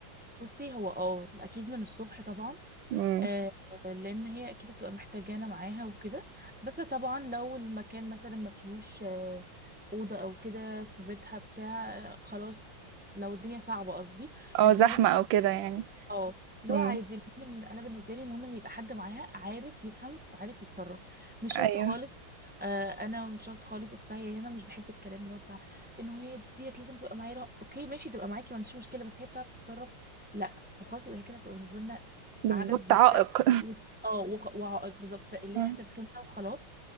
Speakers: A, in the centre; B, on the right (about 70°).
A: بصي هو اه اكيد من الصبح طبعا
B: مم.
A: آه، لان هي اكيد هتبقى محتاجانا معاها وكده بس طبعا لو المكان مثلا ما فيهوش آه، اوضه او كده في بيتها بتاع آه، خلاص لو الدنيا صعبه قصدي
B: اه
A: لكن
B: زحمة
A: بن-
B: أو كده يعني
A: اه اللي
B: مم.
A: هو عادي المهم إن- انا بالنسبه لي المهم ان يبقى حد معاها عارف يفهم وعارف يتصرف مش شرط
B: أيوة
A: خالص آه انا مش شرط خالص اختها يعني انا مش بحب الكلام اللي هو بتاع انه هي ديت لازم تبقى معايا لا، اوكي ماشي تبقى معاكي ما عنديش مشكله بس هي بتعرف تتصرف لا طب خلاص يبقى هي كده تبقى بالنسبه لنا
B: بالظبط
A: عدد زياده
B: عائق
A: و- اه وخ- وعائق بالظبط اللي
B: مم.
A: هي هات الخيمه وخلاص